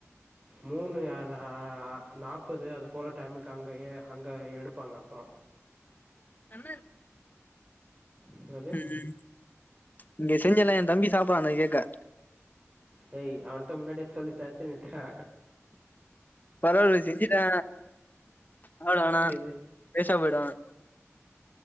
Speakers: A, on the right (about 25°); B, on the left (about 35°).
A: மூணு அதா நாப்பது அது போல டைமுக்கு அங்கயே அங்க எடுப்பாங்க அப்றோ
B: ம்
A: என்னது?
B: ம் இங்க செஞ்சல என் தம்பி சம்ப்பா அந்த கேட்ட
A: டேய் அவன்ட்ட முன்னாடியே சொல்லி தட்த்து நிறுத்துடா
B: பரவால செஞ்சுட்டே அவளதானா
A: சரி
B: பேசா போய்டுவாங்க